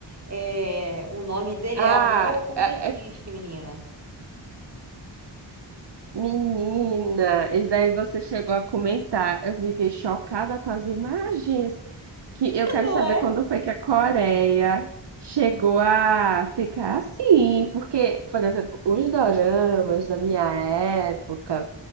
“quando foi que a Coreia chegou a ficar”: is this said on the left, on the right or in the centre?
Right